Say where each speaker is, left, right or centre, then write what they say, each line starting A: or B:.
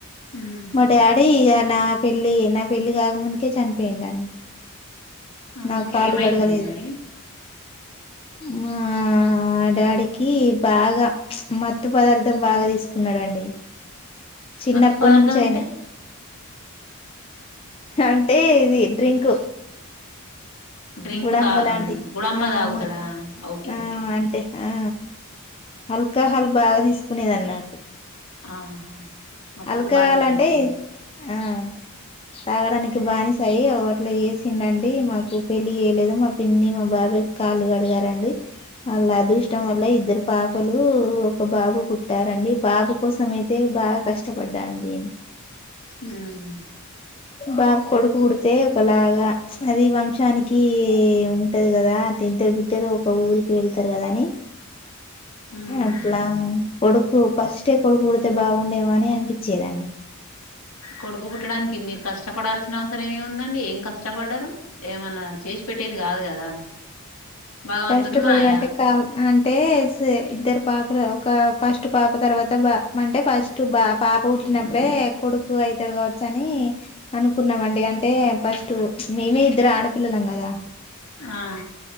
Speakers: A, on the left; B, on the left.
A: ఉమ్
B: మా డాడీ అ నా పెళ్ళి నా పెళ్లిి కాకముందుకే చనిపోయండి అని
A: ఆ
B: నా కాలు
A: ఏమైందండి
B: గడగలేదు
A: మరి
B: మా డాడీకి బాగా మత్తు పదార్థం బాగా తీసుకున్నాడండి చిన్నప్పటి
A: మత్తు పదార్థం
B: నుంచి ఆయన
A: అంటే
B: అంటే ఇది డ్రింక్
A: డ్రింక్
B: గుడంబ
A: ద
B: లాంటి
A: గుడమ్బ
B: ఆ
A: దాగుతడా
B: మ
A: ఓకే
B: ఆ
A: ఓకే
B: అంటే ఆ అల్కాహాల్ బాగా తీసుకునేది అన్నట్టు
A: ఆ మటుకుబనిస
B: ఆల్కహాల్ అంటే
A: అయిపోయిం డు
B: ఆ తాగడానికి బానిసాయి అట్లా చేసిండండి మాకు పెళ్ళి చేయలేదు మా పిన్ని మా బాబాయి కాళ్లుు గ డిగారండి అల్
A: ఉమ్
B: అదృష్టం వల్ల ఇద్దరు పాపలు ఒక బాబు పుట్టారండి బాబు కోసం అయితే బాగా కష్టపడ్డాండి
A: ఉమ్
B: బాగా కొడుకు పుడితే ఒకలాగా అది వంశానికి ఉంటది కదా ది ఇద్దరు బిడ్డలు ఒక ఊరికి వెళ్తారు కదా అని
A: ఉమ్
B: అట్లా కొడుకు ఫస్టే కొడుకు పుడితే బాగుండేవ అని అనిపించేదండి
A: కొడుకు పుట్టడానికి మీరు కష్టపడాల్సిన అవసరం ఏముందండి ఏం కష్టపడ్డరు ఏమన్నా చేసి పెట్టేది కాదు కదా భగవంతుని
B: కష్టపడు
A: మాయ
B: అంటే కావా అంటే ఇద్దరు పాపలు ఒక ఫస్ట్ పాప తర్వాత బ అంటే ఫస్ట్ బ పాప పుట్టినప్పుడే కొడుకు అయితడు కావచ్చ అని అనుకున్నామ అండి అంటే ఫస్ట్ మేమే ఇద్దరు ఆడపిల్లలం కదా
A: ఆ